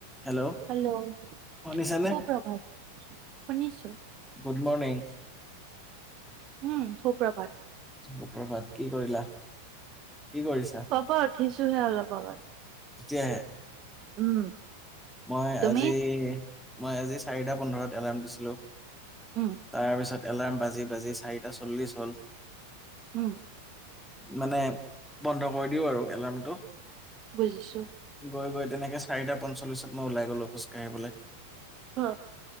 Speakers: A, in the centre; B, on the right.
A: Hello
B: hello
A: শুনিছানে?
B: সুপ্ৰভাত শুনিছো
A: গুড মৰ্ণিং,
B: উম সুপ্ৰভাত
A: সুপ্ৰভাত কি কৰিলা? কি কৰিছা?
B: হব উঠিছোহে অলপ আগত
A: এতিয়াহে
B: উম
A: মই
B: তুমি
A: আজি মই আজি চাৰিটা পোন্ধৰত এলাৰ্ম দিছিলো৷
B: উম
A: তাৰপিছত এলাৰ্ম বাজি-বাজি চাৰিটা চল্লিছ হ'ল৷
B: উম
A: মানে বন্ধ কৰি দিও আৰু এলাৰ্মটো৷
B: বুজিছো
A: গৈ-গৈ তেনেকে চাৰিটা পঞ্চল্লিশত মই ওলাই গলো খোজ কাঢ়িবলে ৷
B: অ